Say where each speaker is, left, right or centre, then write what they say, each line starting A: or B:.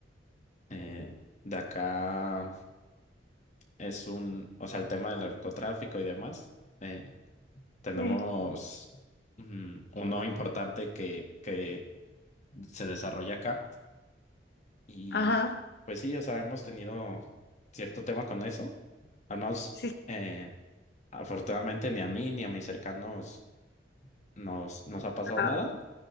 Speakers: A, on the left (about 40°); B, on the left (about 60°).
A: eh, de acá es un, o sea, el tema del narcotráfico y demás. eh, Tenemos
B: sí.
A: mm, uno importante que, que se desarrolla acá. Y
B: Ajá.
A: pues sí, o sea, hemos tenido cierto tema con eso. Al menos,
B: Sí,
A: eh, afortunadamente, ni a mí ni a mis cercanos nos, nos ha pasado
B: está-
A: nada.